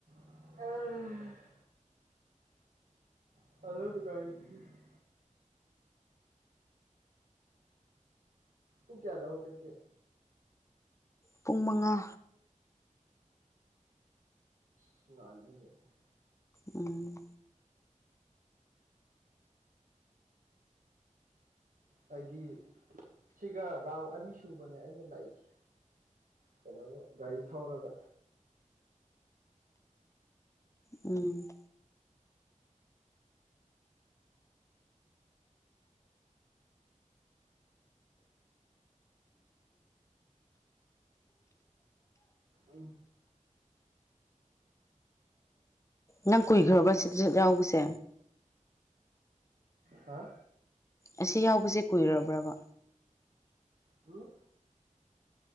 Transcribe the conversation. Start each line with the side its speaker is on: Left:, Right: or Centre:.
Right: <unintelligible> <unintelligible> ꯄꯨꯡ ꯀꯌꯥꯗ ꯍꯧꯒꯠꯀꯦ
Left: ꯄꯨꯡ ꯃꯪꯉꯥ
Right: <unintelligible>
Left: ꯎꯝ
Right: ꯍꯥꯏꯗꯤ ꯁꯤꯒ ꯔꯥꯎꯟ ꯑꯅꯤ ꯁꯨꯕꯅꯦ ꯑꯩꯅ ꯂꯥꯛꯏꯁꯦ ꯀꯩꯅꯣꯒ ꯒꯥꯔꯤ ꯊꯧꯔꯒ
Left: ꯎꯝ
Right: ꯎꯝ
Left: ꯅꯪ ꯀꯨꯏꯈ꯭ꯔꯕ ꯁꯤꯗ ꯌꯥꯎꯕꯁꯦ
Right: ꯍꯥ
Left: ꯑꯁꯤ ꯌꯥꯎꯕꯁꯦ ꯀꯨꯏꯔꯕ꯭ꯔꯕ
Right: ꯎꯝ